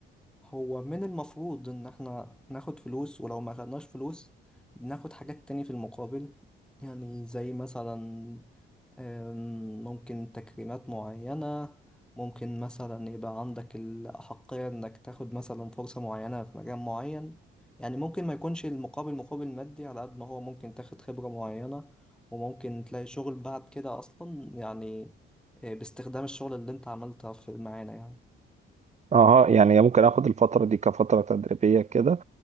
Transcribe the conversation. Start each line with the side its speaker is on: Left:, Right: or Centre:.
Centre: هو من المفروض إن احنا ناخد فلوس ولو ما خدناش فلوس بناخد حاجات تاني في المقابل يعني زي مثلا أم، ممكن تكريمات معينة ممكن مثلا يبقى عندك الأحقية إنك تاخد مثلا فرصة معينة في مجال معين يعني ممكن ما يكونش المقابل مقابل مادي على قد ما هو ممكن تاخد خبرة معينة وممكن تلاقي شغل بعد كده أصلا يعني آه، باستخدام الشغل اللي أنت عملتها في معانا يعني
Right: أها يعني ممكن آخد الفترة دي كفترة تدريبية كده